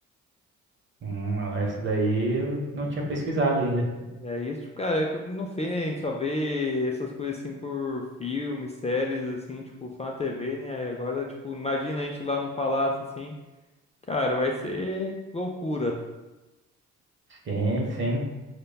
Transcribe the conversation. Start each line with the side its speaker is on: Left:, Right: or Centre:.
Right: Hum, mano, essa daí eu não tinha pesquisado ainda.
Left: E aí, tipo, cara, eu não sei, né? A gente só vê essas coisas assim por filmes, séries, assim, tipo, fã TV, né? Aí agora, tipo, imagina a gente lá no palácio, assim, cara, vai ser loucura.
Right: Sim, sim.